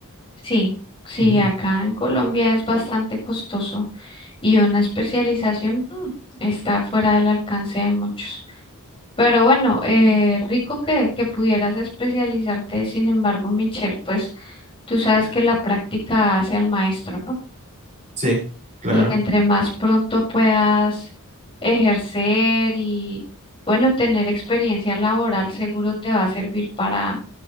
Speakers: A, on the left; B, on the right.
A: Sí, sí,
B: Ujú.
A: acá en Colombia es bastante costoso y una especialización mm, está fuera del alcance de muchos. Pero bueno, eh, rico que, que pudieras especializarte, sin embargo, Michelle, pues tú sabes que la práctica hace al maestro, ¿no?
B: Sí, claro.
A: y entre más pronto puedas ejercer y, bueno, tener experiencia laboral seguro te va a servir para,